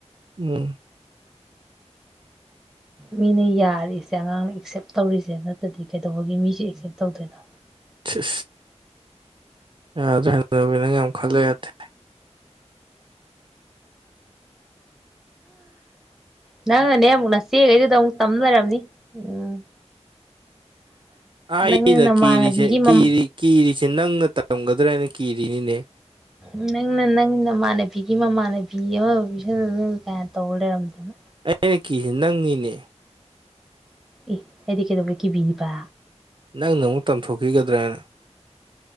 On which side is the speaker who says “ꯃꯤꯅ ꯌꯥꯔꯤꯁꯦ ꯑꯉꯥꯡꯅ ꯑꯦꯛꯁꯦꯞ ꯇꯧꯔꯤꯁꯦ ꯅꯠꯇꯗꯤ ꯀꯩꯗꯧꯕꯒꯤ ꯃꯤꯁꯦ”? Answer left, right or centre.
Centre